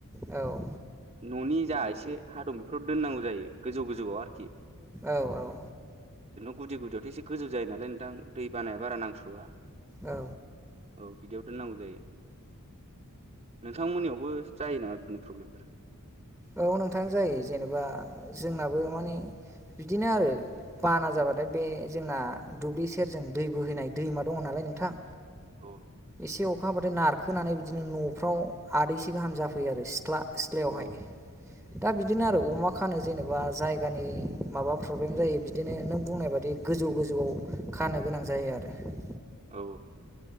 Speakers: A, in the centre; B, on the right.
A: औ
B: न'नि जा एसे हादं बेफोराव दोननांगौ जायो गोजौ गोजौआव आरखि
A: औ औ।
B: गुदि गुदियावथ' एसे गोजौ जायो नालाय नोंथां दै बानाया बारा नांस'आ
A: औ
B: औ बिदियाव दोननांगौ जायो नोंथांमोननियाव बो जायो नामा बिदिनो प्रब्लेमफोर
A: औ नोंथां जायो जेनेबा जोंनाबो मानि बिदिनो आरो बाना जाबाथाय बे जोंना दुब्लि सेरजों दै बोहैनाय दैमा दङ नालाय नोंथां
B: औ
A: एसे अखा हाबाथाय नारखोनानै बिदिनो न'फ्राव आदैसे गाहाम जाफैयो आरो सि थ्ला सिथ्लायावहाय
B: औ
A: दा बिदिनो आरो अमा खानो जेनेबा जायगानि माबा प्रब्लेम जायो बिदिनो नों बुंनाय बादि गोजौ गोजौआव खानो गोनां जायो आरो
B: औ